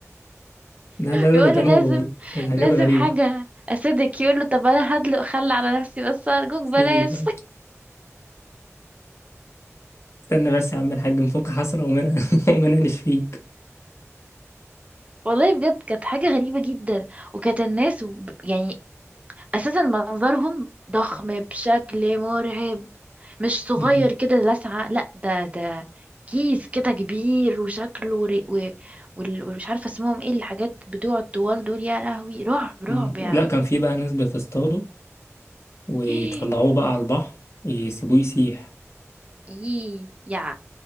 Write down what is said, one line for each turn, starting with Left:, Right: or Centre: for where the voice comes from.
Left: لا لا لا
Right: يقول
Left: ده كانوا
Right: له لازم
Left: كانت حاجات
Right: لازم
Left: غريبة
Right: حاجة أسيدك يقول له طب أنا هدلق خل على نفسي بس أرجوك
Left: سيدي
Right: بلاش
Left: ده.
Right: <laughs>
Left: استنى بس يا عم الحاج نفك حسرة ومنها <laughs> ومنها نشفيك
Right: والله بجد كانت حاجة غريبة جدا وكانت الناس وب- يعني اساسا منظرهم ضخم بشكل مرعب مش صغير
Left: مم.
Right: كده لسعة لا ده ده كيس كده كبير وشكله ري... و... وال... ومش عارفة اسمهم ايه الحاجات بتوع الطوال دول يا لهوي رعب رعب
Left: مم.
Right: يعني
Left: لا كان في بقى ناس بتصطاده ويطلعوه
Right: <gasps>
Left: بقى على البحر يسيبوه يسيح
Right: يي يا